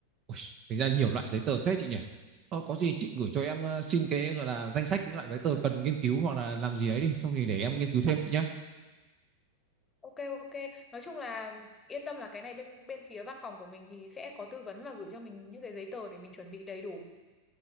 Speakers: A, on the right; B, on the left.
A: Ui, tính ra nhiều loại giấy tờ thế chị nhỉ? Ờ, có gì chị gửi cho em ờ, xin cái gọi là danh sách những loại giấy tờ cần nghiên cứu hoặc là làm gì đấy đi, xong thì để em nghiên cứu thêm chị nhé.
B: ok ok nói chung là yên tâm là cái này bên bên phía văn phòng của mình thì sẽ có tư vấn và gửi cho mình những cái giấy tờ để mình chuẩn bị đầy đủ